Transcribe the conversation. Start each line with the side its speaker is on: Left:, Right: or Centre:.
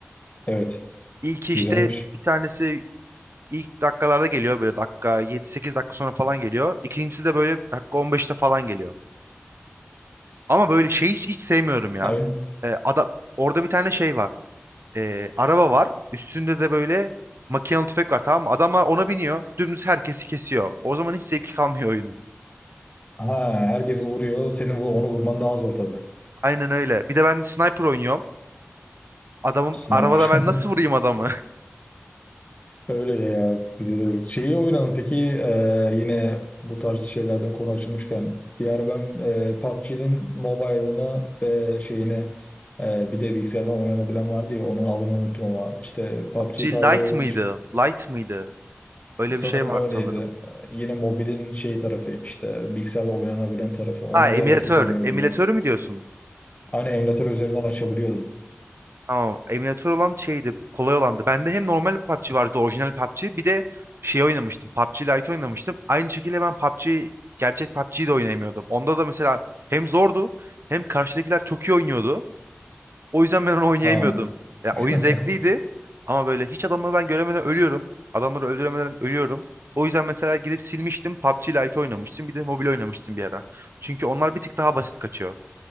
Left: evet.
Right: İlki işte
Left: Güzelmiş.
Right: bir tanesi İlk dakikalarda geliyor böyle dakika 7-8 dakika sonra falan geliyor. İkincisi de böyle dakika 15'te falan geliyor. Ama böyle şey hiç, hiç sevmiyorum ya.
Left: Ha, ön-
Right: Ee, ada- orada bir tane şey var. Ee, araba var. Üstünde de böyle makinalı tüfek var tamam mı? Adamlar ona biniyor. Dümdüz herkesi kesiyor. O zaman hiç zevki kalmıyor oyunun.
Left: ha, herkesi vuruyor. Senin bu- onu vurman daha zor tabii.
Right: Aynen öyle. Bir de ben sniper oynuyorum. Adamım
Left: Sniper.
Right: arabada ben nasıl
Left: <laughs>
Right: vurayım adamı?
Left: Öyle ya. Bir de dur. Şeyi oynadın peki e, yine bu tarz şeylerden konu açılmışken bir ara ben e, PUBG'nin mobile'ını e, şeyini e, bir de bilgisayardan oynanabilen vardı ya onun adını unuttum ama işte PUBG
Right: <laughs> G
Left: tarzı
Right: Light
Left: oyun
Right: mıydı? Light mıydı? Öyle
Left: Sanırım
Right: bir şey var
Left: öyleydi.
Right: sanırım.
Left: Yine mobilin şey tarafı işte bilgisayarda oynanabilen tarafı. Onu
Right: Ha emülatör.
Left: bir ara çok oynuyordum
Right: Emülatörü
Left: ben.
Right: mü diyorsun?
Left: Aynı emülatör üzerinden açabiliyordum.
Right: Ama emülatör olan şeydi, kolay olandı. Bende hem normal PUBG vardı, orijinal PUBG. Bir de şey oynamıştım, PUBG Lite oynamıştım. Aynı şekilde ben PUBG, gerçek PUBG'yi de oynayamıyordum. Onda da mesela hem zordu, hem karşıdakiler çok iyi oynuyordu. O yüzden ben onu oynayamıyordum.
Left: Ha.
Right: Ya
Left: <laughs>
Right: oyun zevkliydi ama böyle hiç adamları ben göremeden ölüyorum. Adamları öldüremeden ölüyorum. O yüzden mesela gidip silmiştim, PUBG Lite oynamıştım. Bir de mobil oynamıştım bir ara. Çünkü onlar bir tık daha basit kaçıyor.